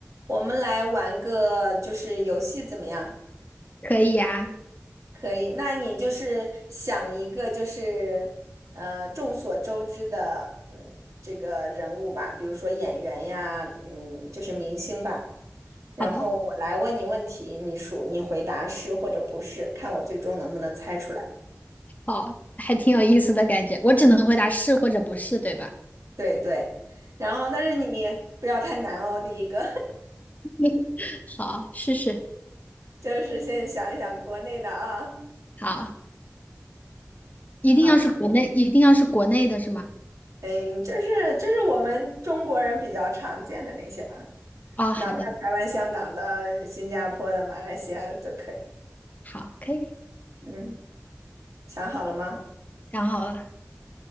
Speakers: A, on the right (about 75°); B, on the left (about 30°).
A: 我们来玩个就是游戏怎么样？
B: 可以呀，
A: 可以，那你就是想一个就是呃众所周知的嗯这个人物吧，比如说演员呀，嗯就是明星吧。然后嗯我来问你问题，
B: 好的，
A: 你数你回答是或者不是，看我最终能不能猜出来。
B: 好，还挺有意思的感觉。我只能回答是或者不是，对吧？
A: 对对，然后但是你不要太难哦，第一个
B: <laughs> 好，试试。
A: <laughs> 就是先想一想国内的啊。
B: 好，一定要是国内，
A: 好的。
B: 一定要是国内的是吗？
A: 嗯，就是就是我们中国人比较常见的那些吧，
B: 啊、
A: 哪怕台湾、
B: 好的，
A: 香港的、新加坡的、马来西亚的都可以。
B: 好，可以，
A: 嗯，想好了吗？
B: 想好了。